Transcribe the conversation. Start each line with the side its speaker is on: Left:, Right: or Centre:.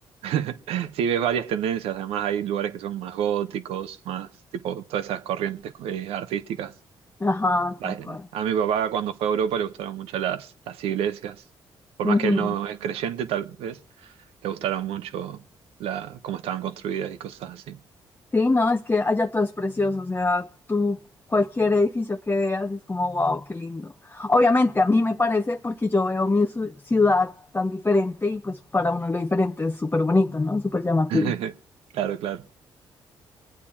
Right: <laughs> sí ves varias tendencias, además hay lugares que son más góticos, más tipo todas esas corrientes eh, artísticas.
Left: Ajá,
Right: La-
Left: tal cual.
Right: A mi papá cuando fue a Europa le gustaron mucho las, las iglesias, por
Left: Ujú.
Right: más que él no es creyente tal vez, le gustaron mucho la, cómo estaban construidas y cosas así.
Left: Sí, no, es que allá todo es precioso, o sea, tú cualquier edificio que veas es como, wow, qué lindo. Obviamente a mí me parece porque yo veo mi su- ciudad tan diferente y pues para uno lo diferente es súper bonito, ¿no? Súper llamativo.
Right: <laughs> Claro, claro.